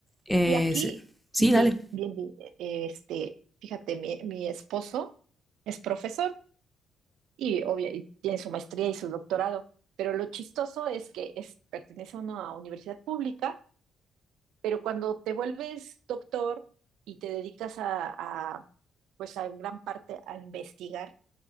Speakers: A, in the centre; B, on the right.
A: eh,
B: Y aquí,
A: sí, sí,
B: bien,
A: dale.
B: bien, bien, eh, este, fíjate, mi, mi esposo es profesor y obviamente tiene su maestría y su doctorado, pero lo chistoso es que es, pertenece a una universidad pública, pero cuando te vuelves doctor y te dedicas a, a, pues a gran parte a investigar,